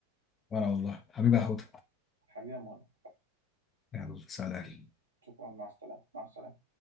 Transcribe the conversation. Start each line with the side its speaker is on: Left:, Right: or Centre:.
Left: وانا والله حبيبي يا هدى
Right: حبيبي يا مهند
Left: يلا سلام
Right: شكرا مع السلامة مع السلامة